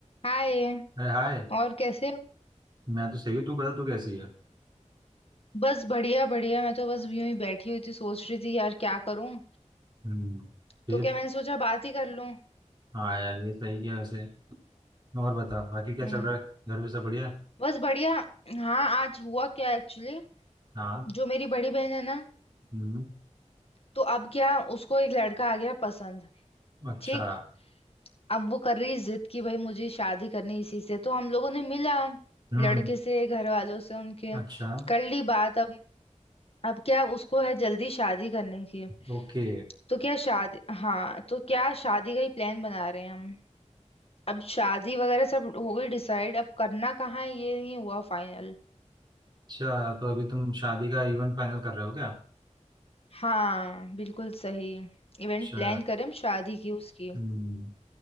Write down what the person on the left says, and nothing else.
हाय
और कैसे हो
बस बढ़िया बढ़िया मैं तो बस यूं ही बैठी हुई थी सोच रही थी यार क्या करूं
तो क्या मैंने सोचा बात ही कर लूं
हम्म
बस बढ़िया हाँ आज हुआ क्या एक्चुअली
जो मेरी बड़ी बहन है ना
तो अब क्या उसको एक लड़का आ गया पसंद
ठीक अब वो कर रही जिद कि भाई मुझे शादी करनी इसी से तो हम लोगों ने मिला
लड़के से घर वालों से उनके
कर ली बात अब अब क्या उसको है जल्दी शादी करने की
तो क्या शादी हाँ तो क्या शादी का ही प्लान बना रहे हैं हम अब शादी वगैरह सब हो गई डिसाइड अब करना कहाँ है ये नहीं हुआ फाइनल
हाँ बिल्कुल सही इवेंट
प्लान करें हम शादी की उसकी